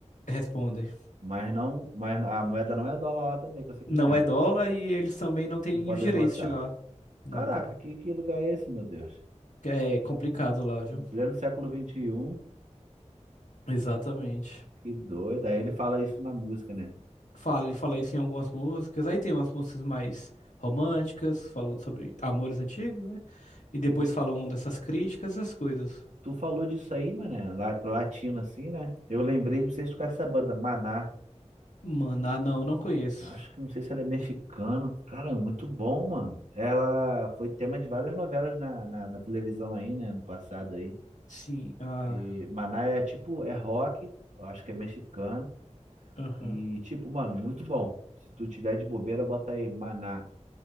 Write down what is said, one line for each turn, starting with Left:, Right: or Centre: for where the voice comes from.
Left: Respondem.
Right: mas não, mas a moeda não é dólar lá também, que eu sei que
Left: Não
Right: não é.
Left: é dólar e eles também não têm
Right: Não podem
Left: os direitos
Right: votar.
Left: de lá. Nada.
Right: Caraca, que, que lugar é esse, meu Deus?
Left: É complicado lá, viu?
Right: pleno século vinte e um
Left: Exatamente.
Right: Que doido. Aí ele fala isso na música, né?
Left: Fala, ele fala isso em algumas músicas. Aí tem umas músicas mais românticas, falando sobre amores antigos, né? E depois
Right: Pô,
Left: falam dessas críticas, essas coisas.
Right: tu falou disso aí, mano, latino assim, né? Eu lembrei, não sei se tu conhece essa banda, Maná.
Left: Mano, ah, não, não conheço.
Right: Acho que não sei se ela é mexicana. Cara, muito bom, mano. Ela foi tema de várias novelas na, na, na televisão aí, né? No passado aí.
Left: Sim, ah,
Right: E Maná é tipo, é rock, eu acho que é mexicano.
Left: aham.
Right: E tipo, mano, muito bom. Se tu tiver de bobeira, bota aí Maná.